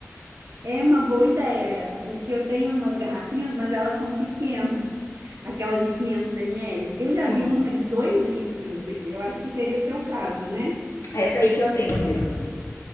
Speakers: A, on the right; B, on the left.
A: É uma boa ideia essa, porque eu tenho umas garrafinhas, mas elas são pequenas, <laughs> aquelas de 500 ml. Eu já
B: Sim,
A: vi uma de 2 litros, eu acho que seria o seu caso, né?
B: essa aí que eu tenho mesmo.